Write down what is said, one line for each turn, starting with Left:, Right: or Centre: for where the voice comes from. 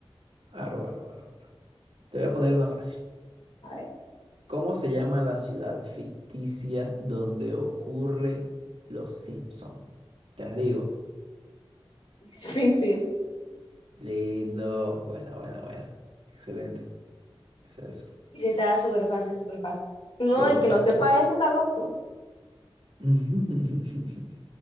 Right: aro, aro, aro. Te voy a poner una fácil.
Left: A ver,
Right: ¿Cómo se llama la ciudad ficticia donde ocurre Los Simpson? Te las digo.
Left: <laughs> Springfield.
Right: Lindo, buena, buena, buena. Excelente, es eso.
Left: Dice estaba súper fácil, súper fácil. No,
Right: Sí,
Left: el
Right: bueno.
Left: que no sepa eso está loco.
Right: <laughs>